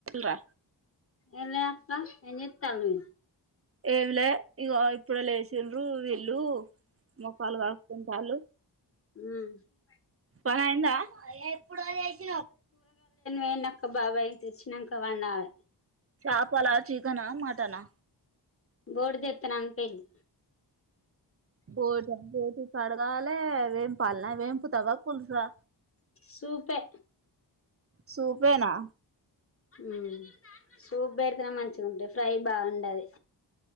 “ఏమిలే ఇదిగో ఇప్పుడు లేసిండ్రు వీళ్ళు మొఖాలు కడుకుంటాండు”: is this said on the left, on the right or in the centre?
Right